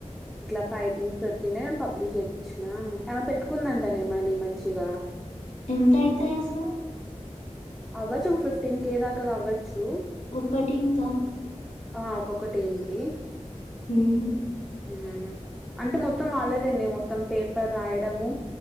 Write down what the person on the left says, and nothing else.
ఎంతయితయి అసలు
ఒక్కటి ఇంకా
ఉహు